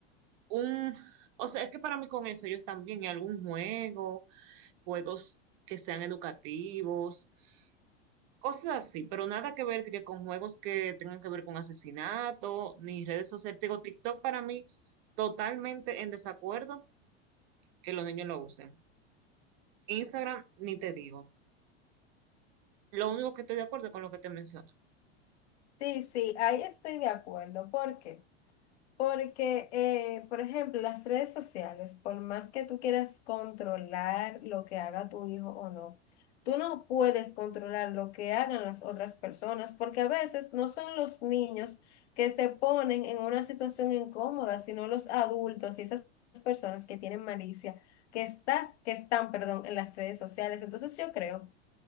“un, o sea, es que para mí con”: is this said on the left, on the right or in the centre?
Right